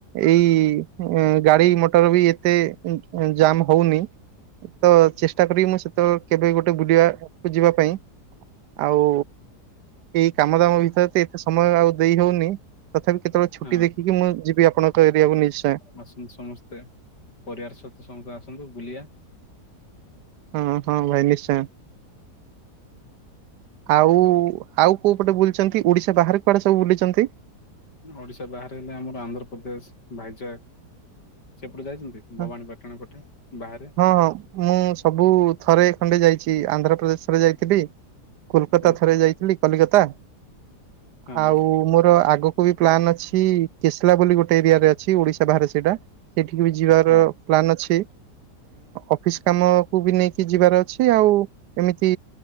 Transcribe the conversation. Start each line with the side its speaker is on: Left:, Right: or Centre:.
Right: ଏଇ ଗାଡି ମଟର ବି ଏତେ ଜାମ୍ ହଉନି। ତ ଚେଷ୍ଟା କରିବି ମୁଁ ସେତେବେଳେ କେବେ ଗୋଟେ ବୁଲିବାକୁ ଯିବା ପାଇଁ। ଆଉ ଏଇ କାମ ଦାମ ଭିତରେ ତ ଏତେ ସମୟ ଆଉ ଦେଇ ହଉନି। ତଥାପି କେତେବେଳେ ଛୁଟି
Left: ହଁ
Right: ଦେଖିକି ମୁଁ ଯିବି ଆପଣଙ୍କ ଏରିଆକୁ ନିଶ୍ଚୟ।
Left: ଆସନ୍ତୁ ସମସ୍ତେ ପରିବାର ସହିତ ସମସ୍ତେ ଆସନ୍ତୁ ବୁଲିବା।
Right: ହଁ, ହଁ ଭାଇ ନିଶ୍ଚୟ। ଆଉ ଆଉ କୋଉ ପଟେ ବୁଲିଛନ୍ତି ଓଡ଼ିଶା ବାହାରେ କୁଆଡ଼େ ସବୁ ବୁଲିଛନ୍ତି?
Left: ଓଡିଶା ବାହାରେ ହେଲେ ଆମର ଆନ୍ଧ୍ରପ୍ରଦେଶ, ଭାଇଜାକ୍ ସେପଟେ ଯାଇଛନ୍ତି? ଭବାନୀ
Right: ହ,
Left: ପାଟଣା ପଟେ ବାହାରେ
Right: ହଁ, ହଁ। ମୁଁ ସବୁ ଥରେ ଖଣ୍ଡେ ଯାଇଛି ଆନ୍ଧ୍ରପ୍ରଦେଶ ଥରେ ଯାଇଥିଲି। କୋଲକାତା
Left: ହଁ
Right: ଥରେ ଯାଇଥିଲି କଲିକତା
Left: ହଁ
Right: ଆଉ ମୋର ଆଗ କୁ ବି ପ୍ଲାନ୍ ଅଛି କେସଲା ବୋଲି ଗୋଟେ ଏରିଆରେ ଅଛି ଓଡ଼ିଶା ବାହାରେ ସେଇଟା ସେଠିକି ବି ଯିବାର
Left: ହଁ।
Right: ପ୍ଲାନ୍ ଅଛି ଅଫିସ କାମକୁ ବି ନେଇକି ଯିବାର ଅଛି ଆଉ ଏମିତି